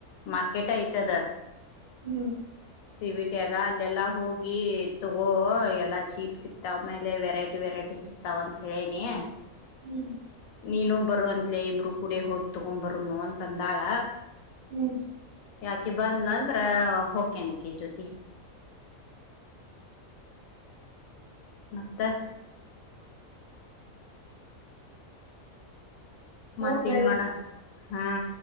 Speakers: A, on the left; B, on the right.
A: ಮಾರ್ಕೆಟ್ ಐತದ
B: ಹ್ಮ್
A: ಸಿವಿಟ್ ಟಾಗ ಅಲ್ಲೆಲ್ಲಾ ಹೋಗಿ ತಗೋ ಎಲ್ಲಾ ಚೀಪ್ ಸಿಕ್ತಾವ ಮೇಲೆ ವೆರೈಟಿ ವೆರೈಟಿ ಸಿಕ್ತಾವ ಅಂತ ಹೇಳೇನಿ
B: ಹ್ಮ್
A: ನೀನು ಬರುವ ಅಂತ್ಲೇ ಇಬರು ಕೂಡ ಹೋಗಿ ತಗೊಂ ಬರನು ಅಂತಂದಾಳ
B: ಹ್ಮ್
A: ಯಾಕಿ ಬಂದ್ಲ ಅಂದ್ರ ಹೋಗಕೇನಕಿ ಜ್ಯೋತಿ ಮತ್ತೆ
B: ಹೋಗ್
A: ಮತ್ತೇನ್
B: ಬರಿ
A: ಮಾಡ ಹ್ಮ